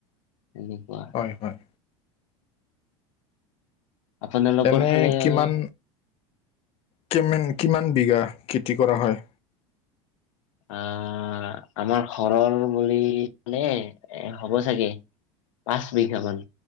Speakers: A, on the left; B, on the left.
A: সনেকোৱা।
B: হয় হয়।
A: আপোনলোকৰ
B: এনে
A: ফালে
B: কিমান
A: আমি
B: কিমান কিমান বিঘা খেতি কৰা হয়?
A: আ আমাৰ ঘৰৰ বুলি হে এ হ'ব চাগে পাঁচ বিঘা মান